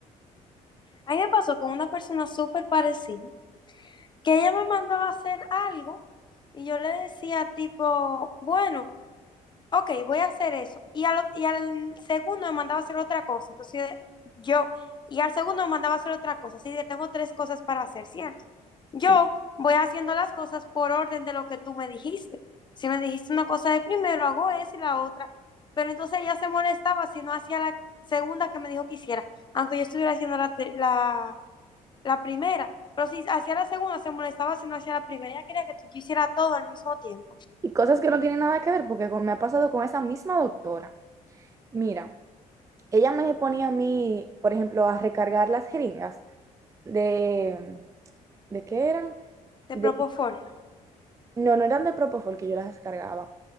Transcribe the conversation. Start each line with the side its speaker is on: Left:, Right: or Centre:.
Left: A mí me pasó con una persona súper parecida, que ella me mandaba a hacer algo y yo le decía tipo, bueno, ok, voy a hacer eso. Y al, y al segundo me mandaba a hacer otra cosa. Entonces yo, y al segundo me mandaba a hacer otra cosa. Así que tengo tres cosas para hacer, ¿cierto? Yo
Right: Sí.
Left: voy haciendo las cosas por orden de lo que tú me dijiste. Si me dijiste una cosa de primero, hago esa y la otra. Pero entonces ella se molestaba si no hacía la segunda que me dijo que hiciera, aunque yo estuviera haciendo la, te- la la primera. Pero si hacía la segunda, se molestaba si no hacía la primera. Ella quería que tú hicieras todo al mismo tiempo.
Right: y cosas que no tienen nada que ver, porque con- me ha pasado con esa misma doctora. Mira. ella me ponía a mí, por ejemplo, a recargar las jeringas de, ¿de qué eran?
Left: Te
Right: De,
Left: propofol.
Right: no, no eran de Propofol que yo las descargaba,